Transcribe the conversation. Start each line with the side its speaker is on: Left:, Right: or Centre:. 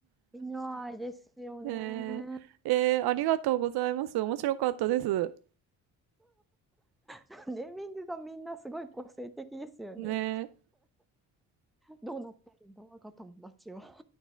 Centre: 犬愛ですよね。
Right: へえ、えーありがとうございます。面白かったです。
Centre: <laughs> ネーミングがみんなすごい個性的ですよね。
Right: ねえ。
Centre: どうなってるんだ、我が友達は。